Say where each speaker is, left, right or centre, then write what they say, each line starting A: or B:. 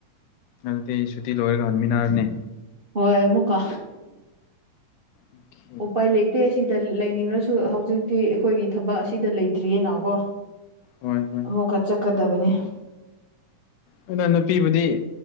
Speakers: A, on the left; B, on the right.
A: ꯑꯗꯗꯤꯇꯩ ꯁꯨꯇꯤ ꯂꯣꯏ ꯑꯣꯏꯔꯒ ꯈꯔꯃꯤꯅꯥꯔꯅꯦ
B: ꯍꯣꯏ ꯃꯨꯀꯥ
A: ꯑꯣꯀꯦ
B: ꯑꯣꯄꯥꯏ ꯂꯩ ꯠꯇꯦ ꯁꯤꯗ ꯂꯩꯅꯤꯡꯔꯁꯨ ꯍꯧꯖꯤꯛꯇꯤ ꯑꯩꯈꯣꯏꯒꯤ ꯊꯕꯛ ꯑꯁꯤꯗ ꯂꯩꯇ꯭ꯔꯤꯌꯦꯅꯀꯣ
A: ꯍꯣꯏ ꯍꯣꯏ
B: ꯑꯃꯨꯛꯀ ꯆꯠꯀꯗꯕꯅꯤ
A: ꯑꯗꯨꯅ ꯅꯨꯄꯤꯕꯨꯗꯤ